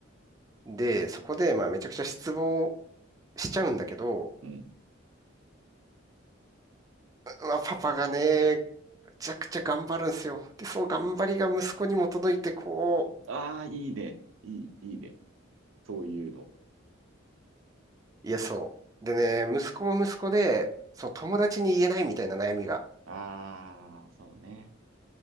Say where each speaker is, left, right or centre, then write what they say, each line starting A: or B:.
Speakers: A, on the right; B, on the right.
A: で、そこで、まあ、めちゃくちゃ失望しちゃうんだけど、
B: うん。
A: まあ、パパがね、めちゃくちゃ頑張るんですよ。で、その頑張りが息子にも届いて、こ
B: ああ、いいね。いい、いいね。そういうの。
A: う、いや、そう。でね、息子も息子で、そう、友達に言えないみたいな悩みが、
B: ああ、そうね。